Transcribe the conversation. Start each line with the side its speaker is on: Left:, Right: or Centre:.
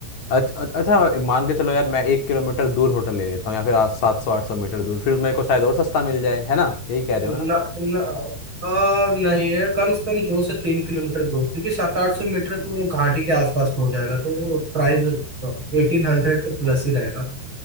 Left: अच- अच- अच्छा मान के चलो यार मैं एक किलोमीटर दूर होटल ले लेता हूँ या फिर आज सात सौ आठ सौ मीटर दूर फिर मेरे को शायद और सस्ता मिल जाए है ना यही कह रहे
Right: ना,
Left: हो ना
Right: ना, आ, नहीं है कम से कम दो से तीन किलोमीटर दूर क्योंकि सात आठ सौ मीटर तो वो घाटी के आसपास पहुंच जाएगा तो वो प्राइस एटीन हंड्रेड के प्लस ही रहेगा